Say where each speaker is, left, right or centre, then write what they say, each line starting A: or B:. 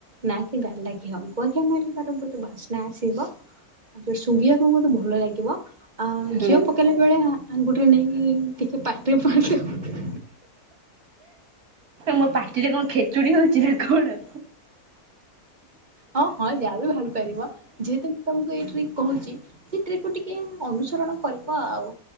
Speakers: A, on the right (about 35°); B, on the right (about 75°).
A: ନା କି ଡ଼ାଲଟା ଘିଅ ଗୁଆ ଘିଅ ମିଲଳେ ତାର ବୋହୁତ ବାସ୍ନା ଆସିବ। ଆଉ ସୁଙ୍ଗିବାକୁ ମତେ ଭଲ ଲାଗିବ। ଆଁ
B: ହୁଁ
A: ଘିଅ ପକେଇଲା ବେଳେ ଆଙ୍ଗୁଟି ରେ ନେଇକି ଟିକେ ପାଟିରେ ପୁରେଇ ଦବ <inaudible>
B: ମୋ ପାଟିରେ କଣ ଖେଚୁଡି ହୋଉଚି ନା କଣ?
A: ହଁ ହଁ ଯାହା ବି ଭାବି ପାରିବ ଯେହେତୁ ମୁଁ ତମକୁ ଏଇ ଟ୍ରିକ୍ କୋହୁଚି ସେଥି୍ରକୁ ଟିକେ ଅନୁସରଣ କରିବ ଆଉ।